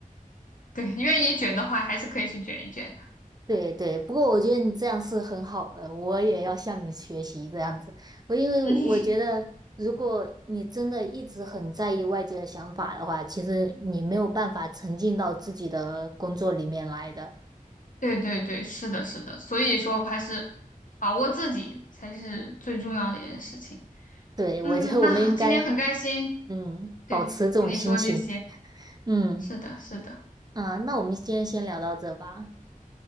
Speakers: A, on the left; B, on the right.
A: 对愿意卷的话，还是可以去卷一卷。<laughs>
B: 对对。不过我觉得你这样是很好的，我也要向你学习这样子。我因为我觉得，
A: 嗯，
B: 如果你真的一直很在意外界的想法的话，其实你没有办法沉浸到自己的工作里面来的。
A: 对对对，是的，是的。所以说还是把握自己才是最重要的一件事情。
B: 对，我觉得我们应该，
A: 嗯，那今天很开心，
B: 嗯，保持这种心情。
A: 对，跟你说这些。
B: 嗯，
A: 是的，是的。
B: 啊，那我们今天先聊到这吧，